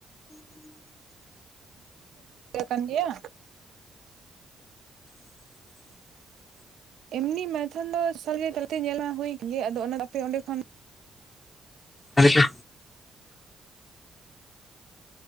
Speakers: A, on the right (about 75°); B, on the left (about 30°).
A: ᱚ <inaudible> ᱠᱟᱱ ᱜᱮᱭᱟ᱾
B: <inaudible>
A: ᱮᱢᱱᱤ ᱢᱟᱭᱛᱷᱟᱱ ᱫᱚ ᱥᱟᱸᱜᱮ ᱛᱟᱞᱟᱛᱮ ᱧᱮᱞ ᱢᱟ ᱦᱩᱭ ᱠᱟᱱ ᱜᱮ᱾ ᱟᱫᱚ ᱚᱱᱟ ᱟᱯᱮ ᱚᱸᱰᱮ ᱠᱷᱚᱱ
B: ᱟᱨ ᱡᱮ